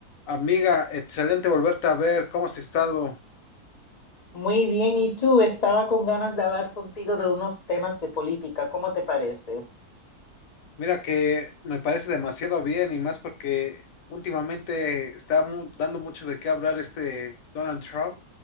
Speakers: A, on the left; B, on the left.
A: Amiga, excelente volverte a ver, ¿cómo has estado?
B: Muy bien, y tú, estaba con ganas de hablar contigo de unos temas de política, ¿cómo te parece?
A: Mira que me parece demasiado bien y más porque últimamente está mu- dando mucho de qué hablar este Donald Trump.